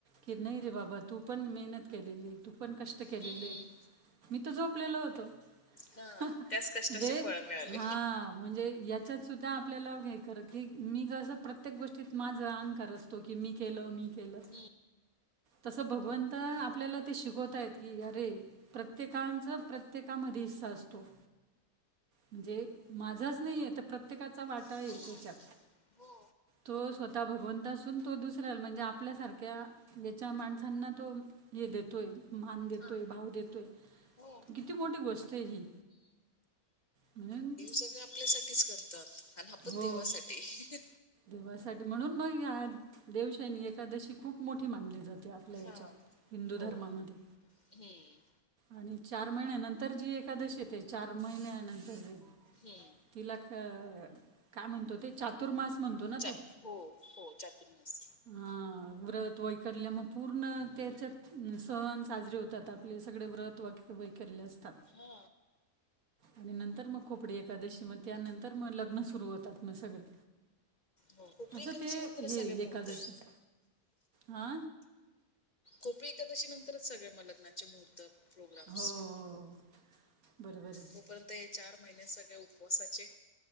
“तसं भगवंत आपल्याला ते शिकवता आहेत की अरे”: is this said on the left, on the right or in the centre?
Right